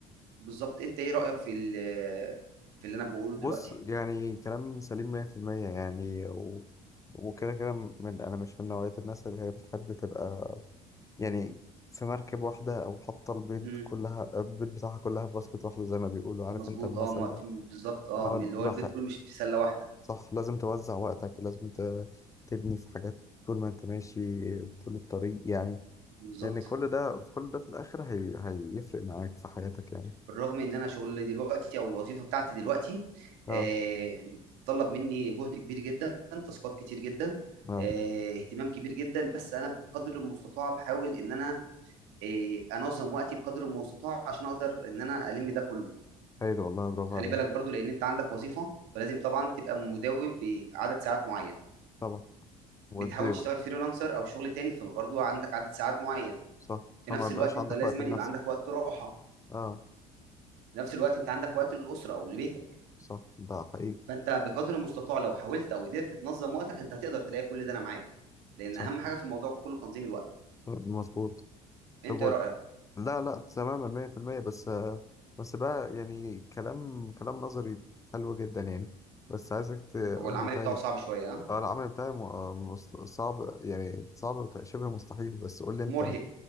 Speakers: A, on the right; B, on the left.
A: بالظبط انت ايه رايك في ال- في اللي انا بقوله
B: بص
A: دلوقتي
B: يعني كلام سليم 100% يعني و... وكده كده من انا مش من نوعية الناس اللي هي بتحب تبقى يعني في مركب واحدة او حاطة البيض
A: إمم.
B: كلها البيض بتاعها كلها في باسكت واحدة زي ما بيقولوا عارف
A: مظبوط
B: انت المثل
A: اه ما
B: ده
A: في بالظبط اه
B: اه
A: من اللي
B: بحق
A: هو البيت كله مش في سله واحده
B: صح لازم توزع وقتك ولازم ت... تبني في حاجات طول ما انت ماشي طول الطريق يعني
A: بالظبط
B: لان كل ده في كل ده في الاخر هي... هيفرق معاك في حياتك يعني
A: بالرغم ان انا شغلي دلوقتي او الوظيفه بتاعتي دلوقتي
B: اه
A: آه بتطلب مني جهد كبير جدا تاسكات كتير جدا
B: اه
A: آه اهتمام كبير جدا بس انا بقدر المستطاع بحاول ان انا آه انظم وقتي بقدر المستطاع عشان اقدر ان انا الم ده كله
B: حلو والله برافو
A: خلي
B: عليك
A: بالك برضو لان انت عندك وظيفه فلازم طبعا تبقى مداوم في عدد ساعات معين
B: طبعا والدريبل
A: بتحاول تشتغل فريلانسر او شغل تاني فبرضو عندك عدد ساعات معين
B: صح
A: في
B: فما
A: نفس
B: بقاش
A: الوقت انت
B: عندك
A: لازم
B: وقت لنفسك
A: يبقى عندك وقت راحه
B: اه
A: في نفس الوقت انت عندك وقت للاسره او لبيتك
B: صح ده حقيقي
A: فانت بقدر المستطاع لو حاولت او قدرت تنظم وقتك انت هتقدر تلاقي كل ده انا معاك لان
B: صح
A: اهم حاجه في الموضوع كله تنظيم الوقت
B: مظبوط
A: انت
B: طب و...
A: ايه رايك
B: لا لا تماما 100% بس آه، بس بقى يعني كلام كلام نظري حلو جدا يعني بس عايزك تقول
A: هو العمل
B: لي طيب
A: بتاعه صعب شويه ها
B: اه العمل بتاعي م... آه، مس- صعب يعني صعب وت- شبه مستحيل بس قول لي انت
A: مرهق